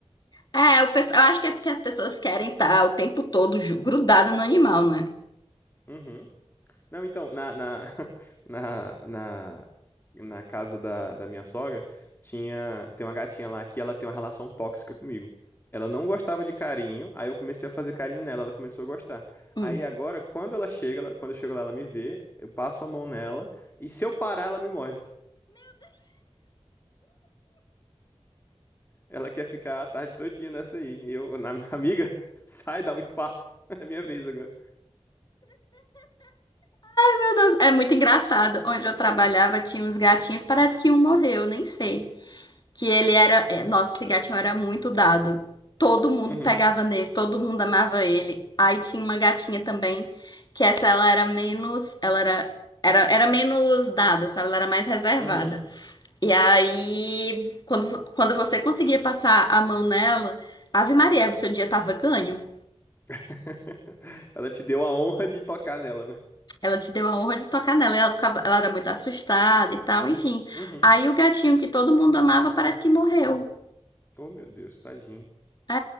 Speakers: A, on the left; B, on the left.
A: é, o pessoal, eu acho que é porque as pessoas querem estar o tempo todo ju- grudada no animal, né?
B: Uhum. Não, então, na, na, <laughs> na, na, na casa da, da minha sogra, tinha, tem uma gatinha lá que ela tem uma relação tóxica comigo. Ela não gostava de carinho, aí eu comecei a fazer carinho nela, ela começou a gostar.
A: Hum.
B: Aí agora, quando ela chega, ela- quando eu chego lá, ela me vê, eu passo a mão nela, e se eu parar, ela me morde. Ela quer ficar a tarde todinha nessa aí. E eu, na <laughs> amiga, sai, dá um espaço. É minha vez agora.
A: Meu Deus, é muito engraçado. Onde eu trabalhava tinha uns gatinhos, parece que um morreu, nem sei. que ele era, é, nossa, esse gatinho era muito dado. Todo mundo
B: Uhum,
A: pegava nele, todo mundo amava ele. Aí tinha uma gatinha também, que essa ela era menos, ela era era, era menos dada, sabe? Ela era mais reservada.
B: uhum.
A: E aí, quando, quando você conseguia passar a mão nela, Ave Maria, o seu dia tava ganho.
B: <laughs> Ela te deu a honra de tocar nela, né?
A: Ela te deu a honra de tocar nela. e Ela ficava, ela era muito assustada e tal, enfim.
B: Uhum.
A: Aí o gatinho que todo mundo amava parece que morreu.
B: Oh, meu Deus, tadinho.
A: É,